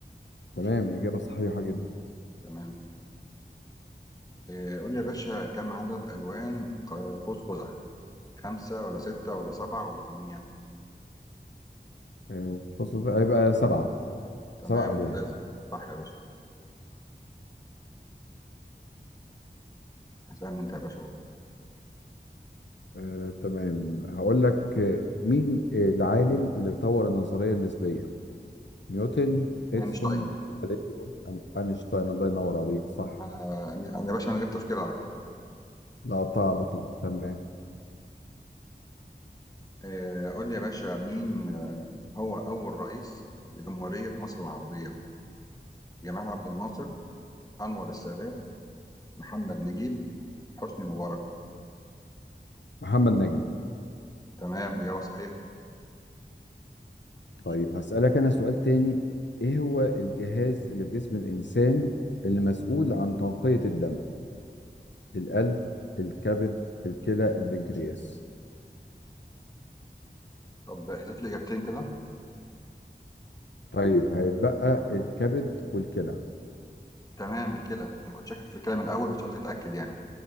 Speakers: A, on the left (about 85°); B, on the left (about 20°).
A: تمام إجابة صحيحة جدا
B: تمام آه قول لي يا باشا كم عدد ألوان ق- قوس قزح خمسة ولا ستة ولا سبعة ولا ثمانية
A: آه، بص بص، هيبقى سبعة
B: تمام
A: سبع ألوان
B: ممتاز صح يا باشا اسألني انت يا باشا بقى
A: آه، تمام هقول لك آه، مين آه، العالم اللي طور النظرية النسبية نيوتن اديسون
B: اينشتاين
A: galileo أين- اينشتاين الله ينور عليك صح
B: انا يعني انا يا باشا من غير تفكير على طول
A: لا قطع على طول تمام
B: آه، قول لي يا باشا مين آه، هو اول رئيس لجمهورية مصر العربية جمال عبد الناصر انور السادات محمد نجيب حسني مبارك
A: محمد نجيب
B: تمام إجابة صحيحة
A: طيب هسألك انا سؤال تاني ايه هو الجهاز اللي في جسم الانسان اللي مسؤول عن تنقية الدم القلب الكبد الكلى البنكرياس
B: طب احذف لي إجابتين كده
A: طيب هيتبقى الكبد والكلى
B: تمام الكلى أنا كنت شاكك في الكلى من الأول بس قلت أتأكد يعني